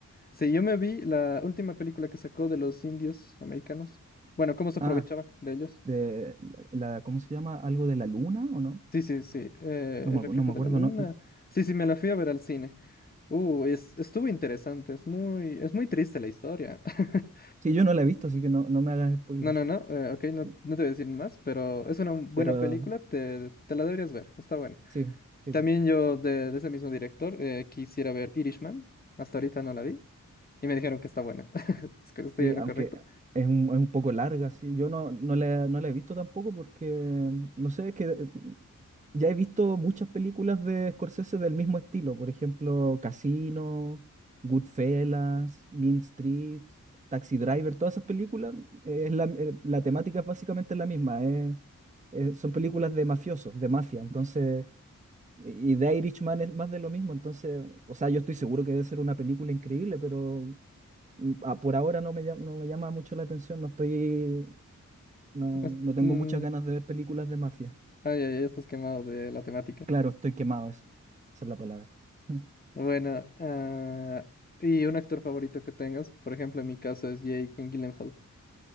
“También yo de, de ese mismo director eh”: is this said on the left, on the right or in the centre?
Left